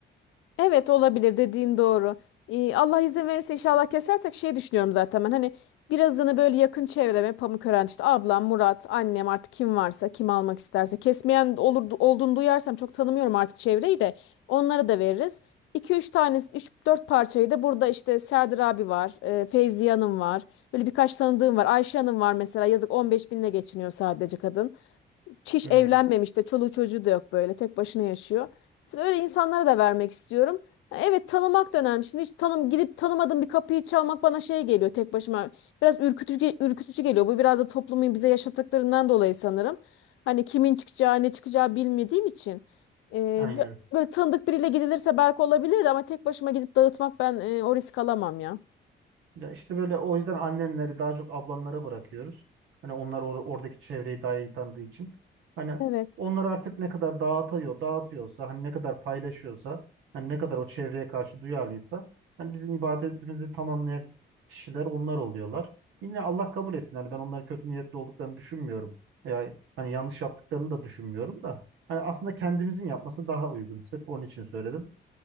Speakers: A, on the left (about 85°); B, on the right (about 80°).
A: Evet olabilir dediğin doğru. Ee, Allah izin verirse inşallah kesersek şey düşünüyorum zaten ben hani birazını böyle yakın çevreme Pamukören işte ablam, Murat, annem artık kim varsa kim almak isterse kesmeyen olur, olduğunu duyarsam çok tanımıyorum artık çevreyi de onlara da veririz. iki üç tane üç dört parçayı da burada işte Serdar abi var, e, Fevziye Hanım var. Böyle birkaç tanıdığım var. Ayşe Hanım var mesela yazık 15 binle geçiniyor sadece kadın. Çiş
B: Hmm,
A: evlenmemiş de çoluğu çocuğu da yok böyle tek başına yaşıyor. Mesela öyle insanlara da vermek istiyorum. Ya Evet tanımak da önemli. Şimdi hiç tanım gidip tanımadığım bir kapıyı çalmak bana şey geliyor tek başıma. Biraz ürkütücü, ürkütücü geliyor. Bu biraz da toplumun bize yaşattıklarından dolayı sanırım. Hani kimin çıkacağı ne çıkacağı bilmediğim için. Ee,
B: aynen.
A: bö- böyle tanıdık biriyle gidilirse belki olabilirdi ama tek başıma gidip dağıtmak ben e, o risk alamam ya.
B: Ya işte böyle o yüzden annenleri daha çok ablamlara bırakıyoruz. Hani onlar or- oradaki çevreyi daha iyi tanıdığı için. Hani
A: Evet.
B: onlar artık ne kadar dağıtıyor, dağıtıyorsa, hani ne kadar paylaşıyorsa, hani ne kadar o çevreye karşı duyarlıysa, hani bizim ibadetimizi tamamlayan kişiler onlar oluyorlar. Yine Allah kabul etsin. Hani ben onların kötü niyetli olduklarını düşünmüyorum. Yani hani yanlış yaptıklarını da düşünmüyorum da. Hani aslında kendimizin yapması daha uygun. Sırf onun için söyledim.